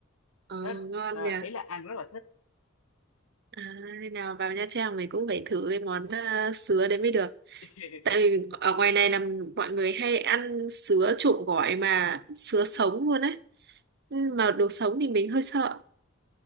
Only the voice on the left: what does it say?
nó
ờ,
ý là ăn rất là thích
<laughs>